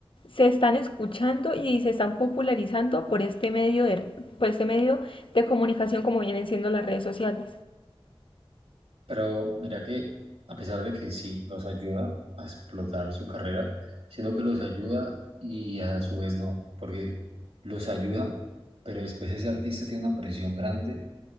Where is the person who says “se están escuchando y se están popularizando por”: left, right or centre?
Left